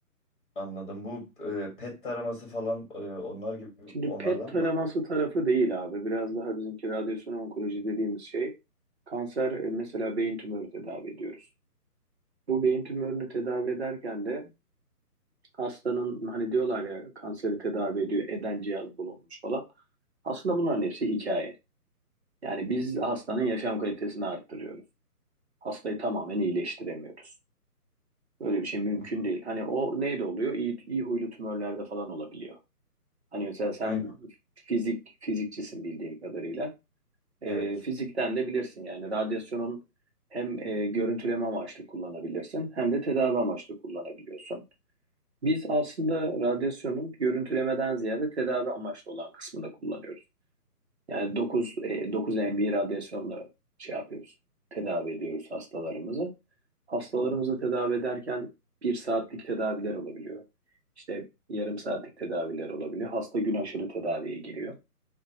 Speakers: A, on the left; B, on the right.
A: anladım. Bu e, pet taraması falan e, onlar gibi
B: Şimdi
A: onlardan
B: PET taraması
A: mı?
B: tarafı değil abi. Biraz daha bizimki radyasyon onkoloji dediğimiz şey. Kanser e, mesela beyin tümörü tedavi ediyoruz. Bu beyin tümörünü tedavi ederken de Hastanın hani diyorlar ya kanseri tedavi ediyor eden cihaz bulunmuş falan. Aslında bunların hepsi hikaye. Yani biz hastanın yaşam kalitesini arttırıyoruz. Hastayı tamamen iyileştiremiyoruz. Böyle bir şey mümkün
A: Hı,
B: değil. Hani o neyde oluyor? İyi, iyi huylu tümörlerde falan olabiliyor. Hani mesela sen
A: Aynen.
B: fizik fizikçisin bildiğim kadarıyla. Ee,
A: Evet.
B: fizikten de bilirsin yani radyasyonun hem e, görüntüleme amaçlı kullanabilirsin hem de tedavi amaçlı kullanabiliyorsun. Biz aslında radyasyonun görüntülemeden ziyade tedavi amaçlı olan kısmını kullanıyoruz. Yani dokuz e, 9 MV radyasyonla şey yapıyoruz. Tedavi ediyoruz hastalarımızı. Hastalarımızı tedavi ederken bir saatlik tedaviler olabiliyor. İşte yarım saatlik tedaviler olabiliyor. Hasta gün aşırı tedaviye giriyor.